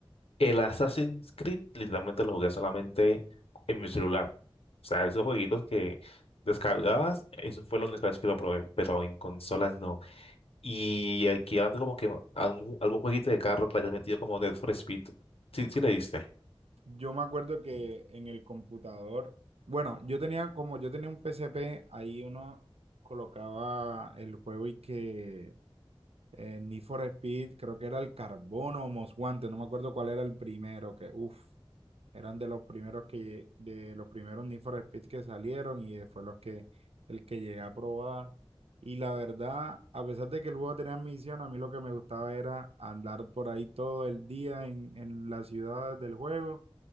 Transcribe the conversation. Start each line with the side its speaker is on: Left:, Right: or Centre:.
Left: El Assassin's Creed literalmente lo jugué solamente en mi celular. O sea, esos jueguitos que descargabas, eso fue lo único vez que lo probé, pero en consolas no. Y aquí hablando como que algún, algún jueguito de carro que le hayas metido como Need for Speed. Sí, sí le diste.
Right: Yo me acuerdo que en el computador, bueno, yo tenía como yo tenía un P C P ahí uno colocaba el juego y que eh, Need for Speed, creo que era el Carbono o Most Wanted, no me acuerdo cuál era el primero, que uff, eran de los primeros que de los primeros Need for Speed que salieron y eh, fue los que el que llegué a probar. Y la verdad, a pesar de que el juego tenía misión, a mí lo que me gustaba era andar por ahí todo el día en, en las ciudades del juego